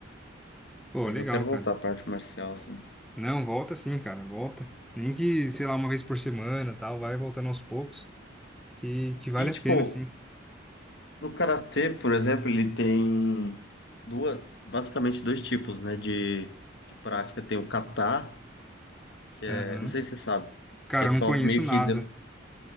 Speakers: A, in the centre; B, on the left.
A: Pô,
B: Mas
A: legal,
B: eu quero voltar
A: cara.
B: pra arte marcial, assim.
A: Não, volta sim, cara, volta. Nem que, sei lá, uma vez por semana, tal, vai voltando aos poucos, que, que vale
B: E,
A: a
B: tipo,
A: pena, sim.
B: no karatê, por exemplo, ele tem duas, basicamente dois tipos, né? De, de prática. Tem o kata, que é,
A: Aham.
B: não sei se você sabe,
A: Cara,
B: que é só
A: eu não conheço
B: meio
A: nada.
B: que. de-